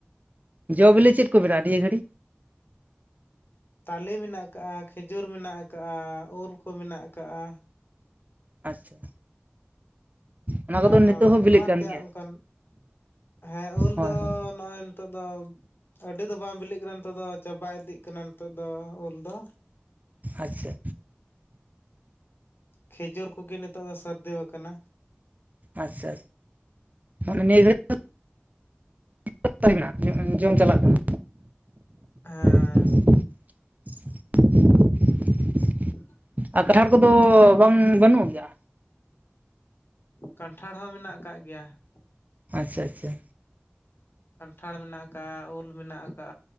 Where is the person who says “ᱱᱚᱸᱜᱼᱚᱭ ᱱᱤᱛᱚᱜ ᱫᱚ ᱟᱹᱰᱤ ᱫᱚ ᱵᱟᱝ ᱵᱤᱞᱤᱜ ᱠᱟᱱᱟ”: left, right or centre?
Left